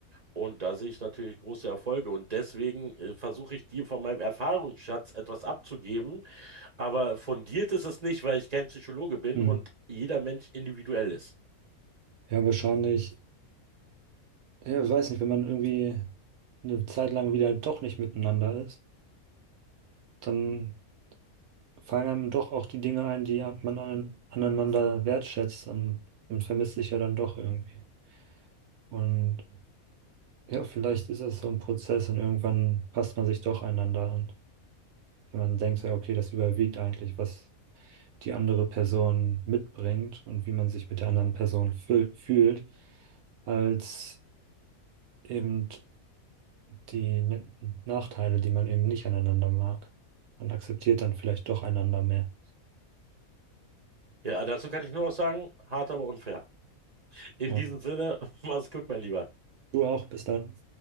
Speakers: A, on the right (about 30°); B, on the right (about 80°).
A: Und da sehe ich natürlich große Erfolge. Und deswegen äh, versuche ich dir von meinem Erfahrungsschatz etwas abzugeben. Aber fundiert ist es nicht, weil ich kein Psychologe bin
B: Mhm.
A: und jeder Mensch individuell ist.
B: Ja, wahrscheinlich. Ja, ich weiß nicht, wenn man irgendwie eine Zeit lang wieder doch nicht miteinander ist, dann fallen einem doch auch die Dinge ein, die ja man an, aneinander wertschätzt und man vermisst sich ja dann doch irgendwie. Und ja, vielleicht ist es so ein Prozess und irgendwann passt man sich doch einander an. Wenn man denkt, so, ja, okay, das überwiegt eigentlich, was die andere Person mitbringt und wie man sich mit der anderen Person fü- fühlt, als eben die Ne- Nachteile, die man eben nicht aneinander mag. Man akzeptiert dann vielleicht doch einander mehr.
A: Ja, dazu kann ich nur noch sagen, hart, aber unfair. In
B: Ja.
A: diesem Sinne, <laughs> mach's gut, mein Lieber.
B: Du auch, bis dann.